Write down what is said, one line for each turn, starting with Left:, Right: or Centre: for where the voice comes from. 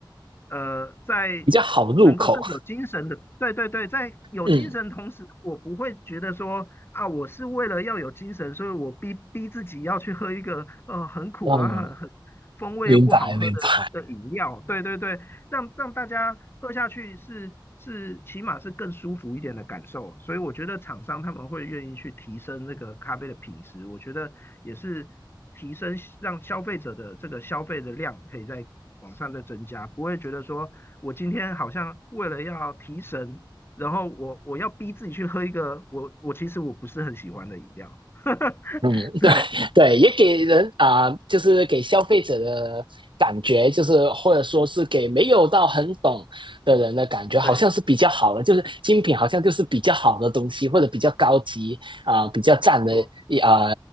Left: 呃在
Right: 比较好入口。
Left: 能够更有精神的，对对对，在有精神同时，
Right: 嗯，
Left: 我不会觉得说啊，我是为了要有精神，所以我逼逼自己要去喝一个呃很苦啊，
Right: 嗯，
Left: 很很风味又不好喝的的饮料，
Right: 明白明白。
Left: 对对对，让让大家喝下去是是起码是更舒服一点的感受，所以我觉得厂商他们会愿意去提升那个咖啡的品质，我觉得也是提升让消费者的这个消费的量可以在往上再增加，不会觉得说我今天好像为了要提神，然后我我要逼自己去喝一个我我其实我不是很喜欢的饮料，<laughs>
Right: 嗯，
Left: 对
Right: 对，也给人啊、就是给消费者的感觉，就是或者说是给没有到很懂的人的感觉，好像是比较好的，
Left: 对，
Right: 就是精品好像就是比较好的东西，或者比较高级啊、比较赞的一啊、
Left: 没错，